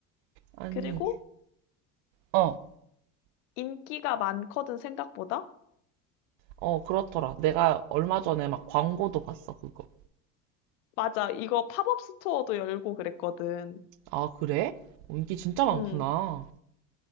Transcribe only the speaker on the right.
아니,
어.
어, 그렇더라. 내가 얼마 전에 막 광고도 봤어, 그거.
아, 그래? 어, 인기 진짜 많구나.